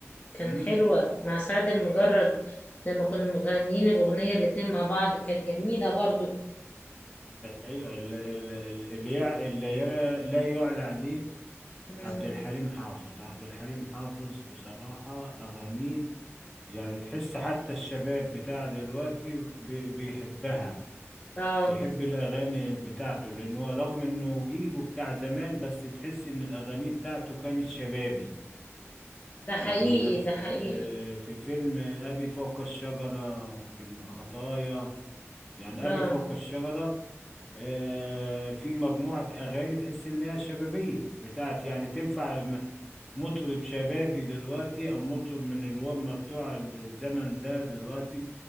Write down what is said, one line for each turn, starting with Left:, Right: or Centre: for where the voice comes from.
Left: كان
Centre: مم.
Left: حلوة مع سعد المجرد لما كانوا مغنيين الأغنية الاتنين مع بعض كانت جميلة برضو
Centre: ايوه ال- ال- ال- اللي يع- اللي يا- لا يعلى عليه
Left: مم.
Centre: عبد الحليم حافظ عبد الحليم حافظ بصراحة أغانيه يعني تحس حتى الشباب بتاع دلوقتي بي- بيحبها
Left: اه
Centre: بيحب الأغاني بتاعته لأن هو رغم إنه جيله بتاع زمان بس تحس إن الأغاني بتاعته كانت شبابي
Left: ده
Centre: يعني
Left: حقيقي
Centre: الأف...
Left: ده حقيقي
Centre: آه، آه، في فيلم أبي فوق الشجرة فيلم الخطايا يعني
Left: اه
Centre: أبي فوق الشجرة آه، في مجموعة أغاني تحس إنها شبابية بتاعت يعني تنفع م- مطرب شبابي دلوقتي أو مطرب من الومة بتوع الزمن ده دلوقتي